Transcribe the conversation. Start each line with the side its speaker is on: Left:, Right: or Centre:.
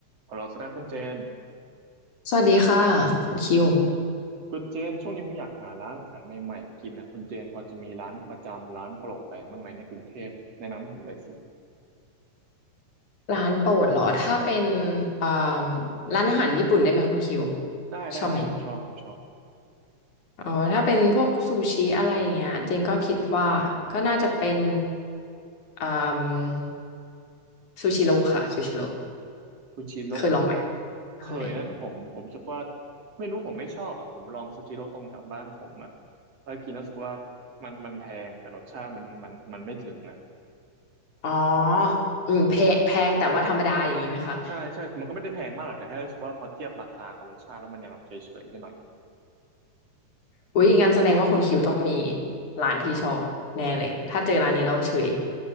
Right: ขอเราสรัคุณเจน
Left: สวัสดีค่ะคุณคิว
Right: คุณเจนช่วงนี้ผมอยากหาร้านอาหารใหม่ๆกินนะคุณเจนพอจะมีร้านประจำร้านโปรดอะไรบ้างไหมในกรุงเทพแนะนำให้ผมเลยสิ
Left: ร้านโปรดเหรอถ้าเป็นอ่าร้านอาหารญี่ปุ่นได้ไหมคุณคิว
Right: ได้ได้ได้ผมชอบผมชอบ
Left: ชอบไหมอ๋อถ้าเป็นพวกซูชิอะไรอย่างเงี้ยจริงก็คิดว่าก็น่าจะเป็นอ่าซูชิโร่ค่ะซูชิโร่
Right: ซูชิโร่เหรอ
Left: เคยลองไหมใช่
Right: เคยนะแต่ผมผมรู้สึกว่าไม่รู้ผมไม่ชอบอ่ะผมลองซูชิโร่ตรงแถวบ้านผมอ่ะแล้วกินแล้วรู้สึกว่ามันมันแพงแต่รสชาติมันมันมันไม่ถึงอ่ะ
Left: อ๋ออืมแพงแพงแต่ว่าธรรมดาอย่างนี้ไหมคะ
Right: ใช่ใช่มันก็ไม่ได้แพงมากหรอกแต่แค่รู้สึกว่าพอเทียบราคากับรสชาติแล้วมันยังแบบเฉยๆไปหน่อย
Left: อุ๊ยงั้นแสดงว่าคุณคิวต้องมีร้านที่ชอบแน่เลยถ้าเจอร้านนี้แล้วเฉย